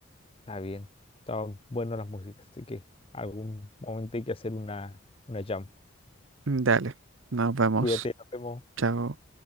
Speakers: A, on the left; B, on the right.
A: Está bien, están buenas las músicas, así que algún momento hay que hacer una, una jam.
B: Mm, Dale, nos vemos.
A: Cuídate, nos vemos.
B: Chao.